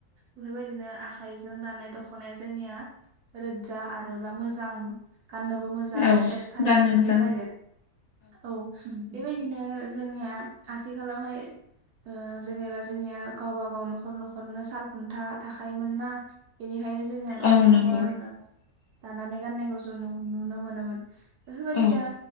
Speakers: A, on the right; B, on the left.
A: बेफोरबायदिनो आख खाइजों दानाय दख'नाया जोंनिया रोजजा आरो बा मोजां गाननोबो मोजां
B: औ
A: थेथ थायो
B: गाननो
A: बिदि
B: मोजां
A: जायो। औ बेबायदिनो जोंनिया आथिखालावहाय ओ जेनेबा जोंनिया गावबा गाव न'खर न'खरनो साल खुन्था थाखायोमोन ना बेनिखायनो जोंनिया न'खर
B: औ
A: न'खर
B: नंगौ
A: दानानै गाननायखौ जों नु नुनो मोनोमोन। बेफोरबायदिनो
B: औ